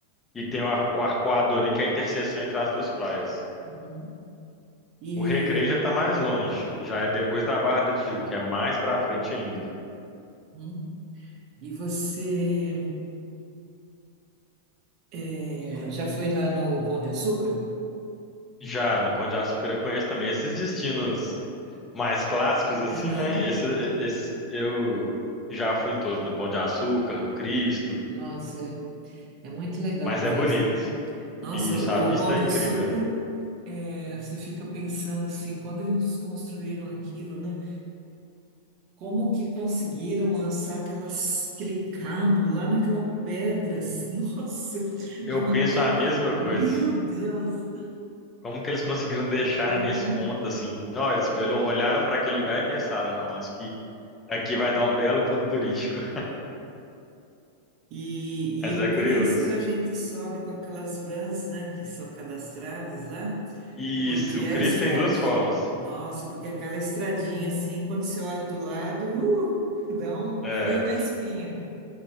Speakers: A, on the left; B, on the right.
A: E tem o, ar- o Arpoador ali, que é a interseção entre as duas praias.
B: uhum. E,
A: O Recreio já tá mais longe, já é depois da Barra da Tijuca, que é mais pra frente ainda.
B: uhum. E você é, já foi lá no Pão de Açúcar?
A: Já no Pão de Açúcar eu conheço também esses destinos mais clássicos assim,
B: Aham.
A: né? Esse, esse- eu já fui em todos, no Pão de Açúcar, no Cristo,
B: Nossa, é é muito legal
A: mas
B: a vista.
A: é bonito.
B: Nossa,
A: E isso,
B: o
A: a vista
B: o Pão de
A: é incrível.
B: Açúcar, é, você fica pensando assim, quando eles construíram aquilo, né? Como que conseguiram lançar aquelas, aquele cabo lá naquela pedra? <laughs> Nossa,
A: Eu
B: de uma
A: penso
B: pedra.
A: a mesma coisa.
B: Meu Deus!
A: Como que eles conseguiram deixar
B: Uhum.
A: nesse ponto assim? Nós olharam para aquele lugar e pensaram, não, acho que aqui vai dar um belo ponto turístico.
B: E,
A: Mas
B: e o
A: é curioso.
B: Cristo a gente sobe com aquelas vans, né, que são cadastradas lá,
A: Isso,
B: porque
A: o
B: a
A: Chris
B: estradinha,
A: tem duas formas.
B: nossa, porque aquela estradinha assim, quando você olha do lado, uh, dá um
A: É,
B: frio na espinha.